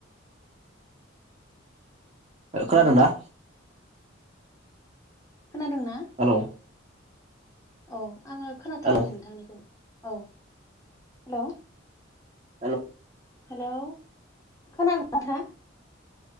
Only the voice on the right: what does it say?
खोनादोंना?
हेलौ
हेलौ
हेल'